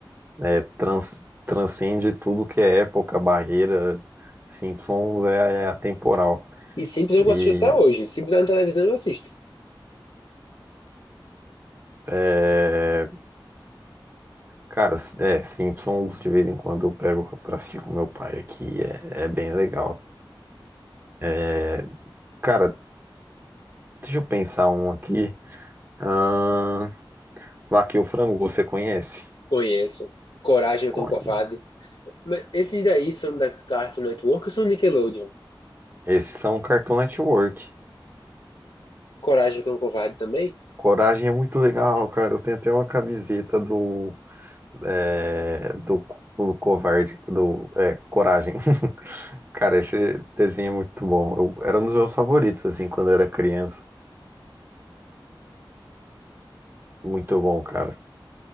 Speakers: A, on the right; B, on the left.
A: É, trans- transcende tudo que é época, barreira. Simpsons é, é atemporal.
B: E Simpsons
A: E
B: eu assisto até hoje. Se botar na televisão, eu assisto.
A: é, cara, é, Simpsons de vez em quando eu pego pra assistir com meu pai aqui, é, é bem legal. É, Cara, deixa eu pensar um aqui. Ahn, Vaca e o Frango, você conhece?
B: Conheço. Coragem, o Cão
A: Conhe-
B: Covarde. Mas esses daí são da Cartoon Network ou são Nickelodeon?
A: Esses são Cartoon Network.
B: Coragem que é um covarde também?
A: Coragem é muito legal, cara. Eu tenho até uma camiseta do, é, do, do Covarde, do é, Coragem. <laughs> Cara, esse desenho é muito bom. Eu, era um dos meus favoritos, assim, quando eu era criança. Muito bom, cara.